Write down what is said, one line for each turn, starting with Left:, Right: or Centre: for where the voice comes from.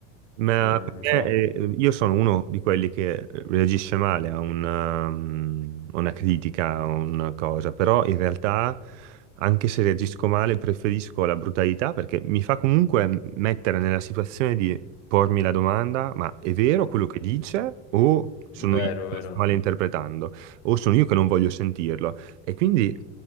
Right: Ma
Left: Eh, non
Right: perché,
Left: so,
Right: eh, io sono uno di quelli che reagisce male a una, mm, a una critica, a una cosa, però in realtà anche se reagisco male preferisco la brutalità perché mi fa comunque mettere nella situazione di pormi la domanda, ma è vero quello che dice o sono
Left: vero,
Right: io che
Left: vero.
Right: lo sto malinterpretando o sono io che non voglio sentirlo? E quindi